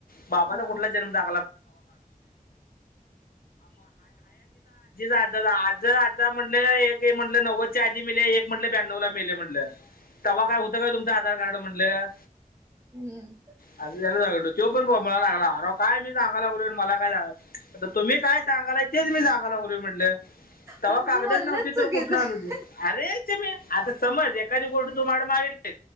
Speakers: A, on the left (about 85°); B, on the right (about 20°).
A: बाबाला
B: हा
A: कुठला जनम <unintelligible> आीच आ आज आता म्हटलं एक म्हटलं नव्वद च्या आधी मेले एक म्हटलं ब्याण्व ला मेले म्हटलं. तवा काय होत काय तुमचं आधार कार्ड म्हणलं.
B: हम्म.
A: आ त्याला सगो तो पण बला लागला अर काय मी सांगालाग मला काय झा. आता तुम्ही काय सांगाल तेच मी सांगायला बोल म्हटल. तेव्हा
B: पण तुझं
A: कागदाच
B: बोलणच
A: नव्हती
B: चुकीचं
A: तर कुठनं
B: आहे.
A: आलू त अरे मी आता समज एखादी गोष्टी तुम्हाड मागितली